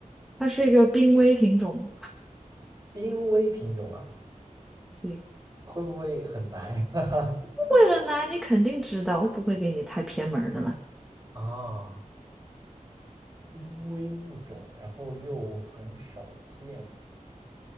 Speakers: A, in the centre; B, on the right (about 25°).
A: 它是一个濒危品种，
B: 濒危品种啊，
A: 对，
B: 会不会很难呀？<laughs>
A: 不会很呢你肯定知道，我不会给你太偏门儿的啦，
B: 啊，濒危物种，然后又很少见